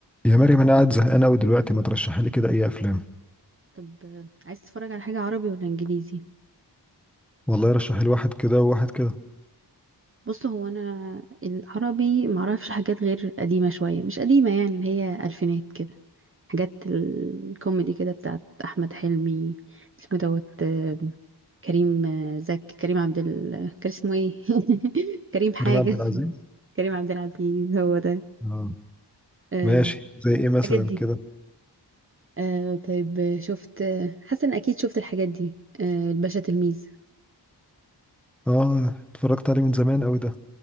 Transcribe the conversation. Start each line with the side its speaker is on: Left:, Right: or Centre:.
Centre: يا مريم انا قاعد زهقان قوي دلوقتي ما ترشحي لي كده اي افلام
Right: طب آه، عايز تتفرج على حاجة عربي ولا انجليزي
Centre: والله رشحي لي واحد كده وواحد كده
Right: بص هو انا العربي معرفش حاجات غير قديمة شوية مش قديمة يعني اللي هي الفينات كده حاجات الكوميدي كده بتاعت احمد حلمي اسمه دوت آه، كريم آه، زك كريم عبد ال كان اسمه ايه <laughs> كريم حاجة
Centre: كريم عبد العزيز
Right: كريم عبد العزيز هو ده
Centre: اه
Right: آه،
Centre: ماشي زي ايه مثلا
Right: الحاجات دي
Centre: كده
Right: آه، طيب آه، شفت آه، حسن اكيد شفت الحاجات دي آه، الباشا تلميذ
Centre: اه اتفرجت عليه من زمان قوي ده